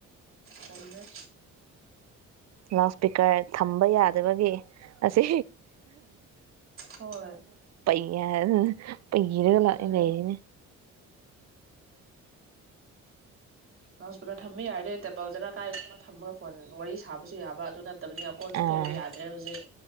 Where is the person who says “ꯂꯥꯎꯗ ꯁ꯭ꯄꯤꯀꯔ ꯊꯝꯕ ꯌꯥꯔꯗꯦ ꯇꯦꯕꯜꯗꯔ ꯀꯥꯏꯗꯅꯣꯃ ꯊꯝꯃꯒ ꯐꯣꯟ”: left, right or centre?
Right